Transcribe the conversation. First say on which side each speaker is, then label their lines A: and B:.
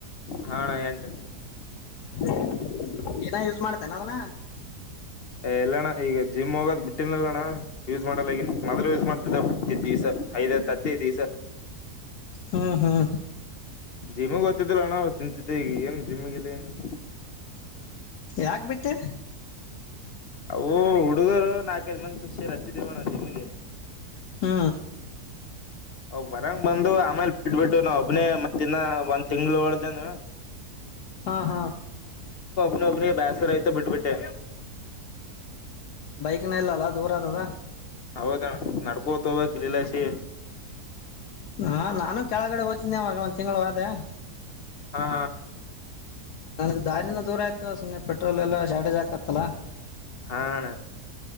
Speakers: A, on the left (about 60°); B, on the left (about 75°).
A: ಹಣ್ಣಾ ಎಂಟ್.
B: <inaudible> ದಿನ ಯೂಸ್ ಮಾಡ್ತೇನ್ ಅದನ.
A: ಎಲ್ಲಣ್ಣ ಈಗ್ ಜಿಮ್ ಹೋಗೋದ್ ಬಿಟ್ಟಿನ್ಲ್ಲ ಅಣ್ಣ ಯೂಸ್ ಮಾಡಲ್ಲಗ್ಯಾನ್. ಮೊದ್ಲು ಯೂಸ್ ಮಾಡ್ತಿದ್ದ <unintelligible> ದಿಸ ಐದ್ ಐದ್ ತತ್ತಿ ದಿಸ.
B: ಹ್ಮ್ ಹ್ಮ್
A: ಜಿಮ್ಗೊತ್ತಿದ್ದಿಲ್ಲ ಅವಾಗ್ ಅಣ್ಣ ತಿಂತಿದ್ದೆ ಈಗ್ ಏನ್ ಜಿಮ ಇಲ್ಲ ಏನಿಲ್ಲ.
B: ಯಾಕ್ ಬಿಟ್ಟೆ.
A: ಅವು ಹುಡುಗರು ನಾಕೈದು ಮಂದಿ ಸೇರಿ ಹಚ್ಚಿದೀವಣ್ಣ ಜಿಮ್ಗೆ.
B: ಹಾ
A: ಅವ್ ಬರಂಗ ಬಂದು ಆಮೇಲೆ ಬಿಟ್ಬಿಟ್ಟು ನಾವೊಬ್ಬನೆ ಮತ್ತಿನ್ನ ಒಂದ್ ತಿಂಗಳು ಒಡ್ದನ.
B: ಹಾ ಹಾ
A: ಒಬ್ಬನೆ ಬ್ಯಸರೖತಿ ತ ಬಿಟ್ಟ್ ಬಿಟ್ಟೆ.
B: ತಿನ್ನ ಇಲ್ಲಲ್ಲಾ ದೂರ ಆದದ.
A: ಹೌದ ನಡ್ಕೋತವ ತ್ರಿಲಸಿ. <inaudible>
B: ನಾ ನಾನು ಕೆಳಗಡೆ ಓತಿದ್ನೆವಾಗ ಒಂದ್ ತಿಂಗ್ಳ್ ಹೋದೆ.
A: ಹಾ
B: ನನಗ್ ದಾರಿನು ದೂರ ಆಯ್ತು ಸುಮ್ಮನೆ ಪೆಟ್ರೋಲ್ ಎಲ್ಲ ಶಾರ್ಟೇಜ್ ಆಕತ್ತಲ್ಲ.
A: ಹಾ ಅಣ್ಣ